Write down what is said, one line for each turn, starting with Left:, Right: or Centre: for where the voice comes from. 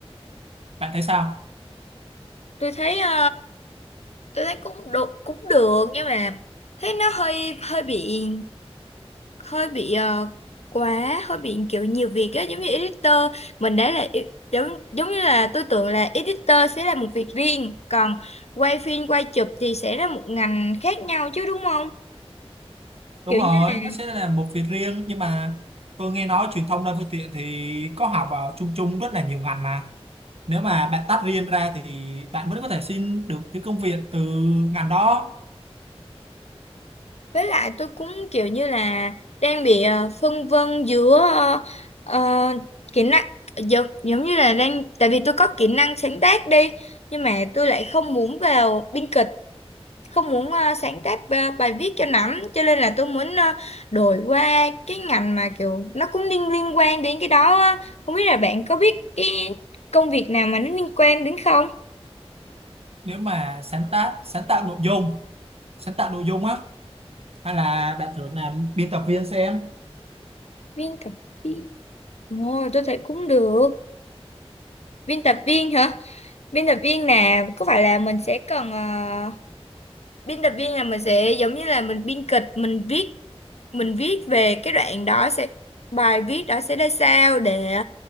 Right: bạn thấy sao
Left: tôi thấy ờ, tôi thấy cũng được cũng được nhưng mà thấy nó hơi hơi bị hơi bị ờ, quá hơi bị kiểu nhiều việc á giống như editor mình đã là e- giống giống như là tôi tưởng là editor sẽ là một việc riêng còn quay phim quay chụp thì sẽ là một ngành khác nhau chứ đúng không
Right: đúng
Left: kiểu
Right: rồi
Left: như là
Right: nó sẽ là một việc riêng nhưng mà tôi nghe nói truyền thông đa phương tiện thì có học vào chung chung rất là nhiều ngành mà nếu mà bạn tách riêng ra thì bạn vẫn có thể xin được những công việc từ ngành đó
Left: với lại tôi cũng kiểu như là đang bị ờ, phân vân giữa ờ, ờ, kỹ năng giống giống như là đang tại vì tôi có kỹ năng sáng tác đi nhưng mà tôi lại không muốn vào biên kịch không muốn ờ, sáng tác ờ, bài viết cho lắm cho nên là tôi muốn ờ, đổi qua cái ngành mà kiểu nó cũng liên liên quan đến cái đó á. Không biết là bạn có biết cái công việc nào mà nó liên quan đến không?
Right: nếu mà sáng tác sáng tạo nội dung sáng tạo nội dung á hay là bạn thử làm biên tập viên xem
Left: Biên tập viên. Ồ, tôi thấy cũng được. Biên tập viên hả? Biên tập viên là có phải là mình sẽ cần ờ, biên tập viên là mình sẽ giống như là mình biên kịch, mình viết mình viết về cái đoạn đó sẽ bài viết đó sẽ ra sao để